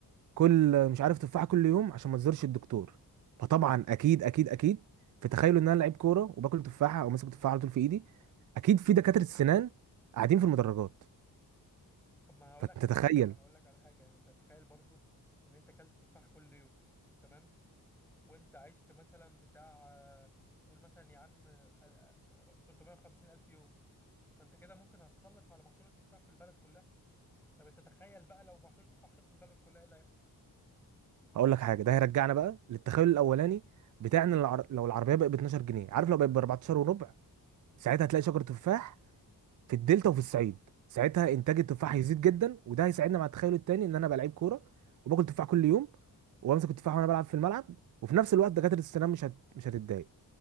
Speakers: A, on the right (about 50°); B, in the centre.
A: كل مش عارف تفاحه كل يوم عشان ما تزورش الدكتور فطبعا اكيد اكيد اكيد في تخيلوا ان انا لعيب كوره وباكل تفاحه او ماسك تفاحه على طول في ايدي اكيد في دكاتره السنان قاعدين في المدرجات
B: طب ما هقول
A: فتتخيل
B: لك على حاجه هقول لك على حاجه يعني انت تخيل برضه ان انت اكلت تفاحه كل يوم تمام وانت عشت مثلا بتاع آه، قول مثلا يا عم آه، آه، 350 الف يوم ما انت كده ممكن هتخلص على محصول التفاح في البلد كلها طب انت تخيل بقى لو محصول التفاح خلص في البلد كلها ايه اللي هيحصل
A: هقول لك حاجه ده هيرجعنا بقى للتخيل الاولاني بتاعنا العر... لو العربيه بقت ب 12 جنيه عارف لو بقت ب 14 وربع ساعتها هتلاقي شجر تفاح في الدلتا وفي الصعيد ساعتها انتاج التفاح هيزيد جدا وده هيساعدنا مع التخيل التاني ان انا بقى لعيب كوره وباكل تفاح كل يوم وبمسك التفاح وانا بلعب في الملعب وفي نفس الوقت دكاتره السنان مش هت... مش هتتضايق